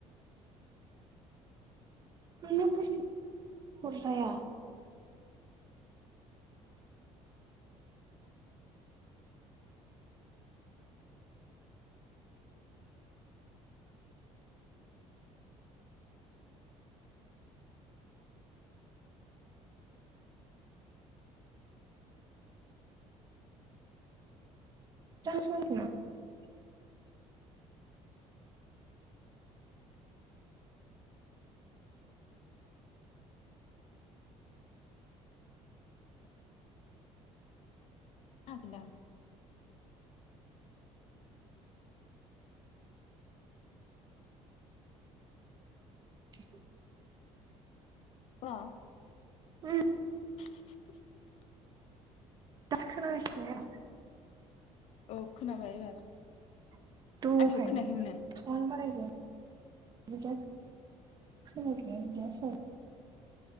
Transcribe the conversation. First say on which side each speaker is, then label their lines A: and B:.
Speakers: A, on the right; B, on the left.
A: <unintelligible> <unintelligible>
B: <unintelligible>
A: <inaudible>
B: अ
A: उम
B: <inaudible>
A: दासो खोनागासिनो आरो
B: अ खोनाबाय एबार
A: दहाय
B: आंनिखौ खोनायाखैमोन नों
A: <inaudible>